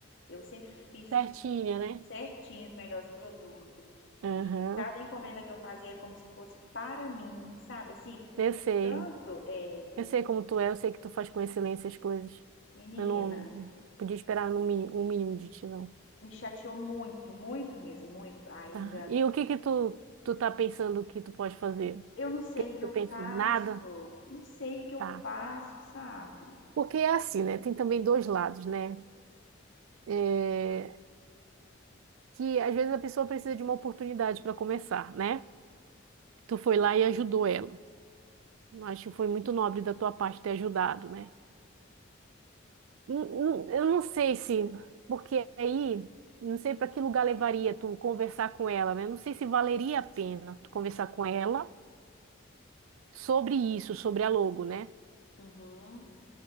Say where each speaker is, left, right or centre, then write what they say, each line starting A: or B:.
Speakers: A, on the left (about 65°); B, on the right (about 80°).
A: Eu sempre fiz
B: Certinha, né?
A: certinho os melhores produtos
B: Aham.
A: e cada encomenda que eu fazia era como se fosse para mim, sabe? Assim,
B: Eu
A: portanto,
B: sei.
A: é,
B: Eu sei como tu é, eu sei que tu faz com excelência as coisas.
A: menina,
B: Eu não podia esperar no mínimo, um mínimo de ti, não.
A: me chateou muito, muito mesmo, muito. Ainda
B: Tá. E o que que tu, tu tá pensando que tu pode fazer? O
A: eu não sei
B: que que
A: o que
B: tu
A: eu
B: pensou?
A: faço,
B: Nada?
A: não sei o que eu
B: Tá.
A: faço, sabe?
B: Porque é assim, né? Tem também dois lados, né? É, que às vezes a pessoa precisa de uma oportunidade para começar, né? Tu foi
A: Uhum,
B: lá e ajudou ela. Acho que foi muito nobre da tua parte ter ajudado, né? N- n- Eu não sei se, porque aí, não sei para que lugar levaria tu conversar com ela, né? Não sei se valeria a pena tu conversar com ela sobre isso, sobre a logo, né?
A: uhum.